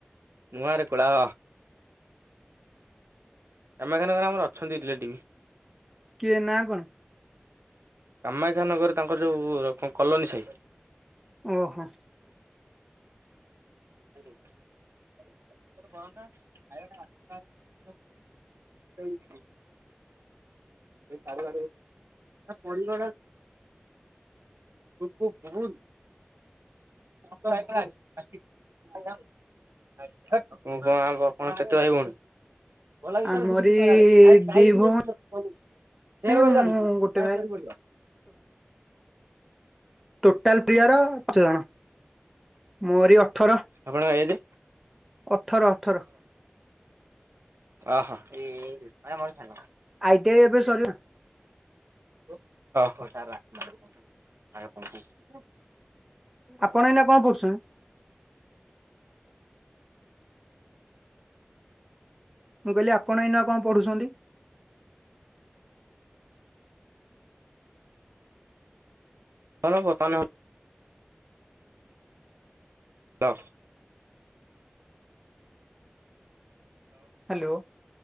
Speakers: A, on the right; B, in the centre.
A: ନୂଆ ରେକୁଳା। କାମାଖ୍ୟା ନଗରରେ ଆମର ଅଛନ୍ତି ରିଲେଟିଭ୍।
B: ଇଏ ନାଁ କଣ?
A: କାମାକ୍ଷାନଗରରେ ତାଙ୍କର ଯେଉଁ କଲୋନୀ ସାହି।
B: ଓହୋ।
A: <inaudible> <unintelligible> <unintelligible> <unintelligible> <unintelligible> କଣ ହବ
B: ଆମରି
A: <unintelligible> <unintelligible>
B: ଦି ଭଉଣୀ
A: ସେବେ <unintelligible>
B: ମୁଁ ଗୋଟେ ଭାଇ ଟୋଟାଲ ପ୍ରିୟର ପାଞ୍ଚ ଜଣ ମୋରି ଅଠର।
A: ଆପଣଙ୍କ ଏଜ୍?
B: ଅଠର ଅଠର।
A: ଓହୋ କି <unintelligible>
B: ଆଇ ଟି ଆଇ ଏବେ ସରିବ।
A: <unintelligible>
B: ଆପଣ ଏଇନା କଣ କରୁଛନ୍ତି? ମୁଁ କହିଲି ଆପଣ ଏଇନା କଣ ପଢୁଛନ୍ତି?
A: <unintelligible> ରଫ।
B: ହ୍ୟାଲୋ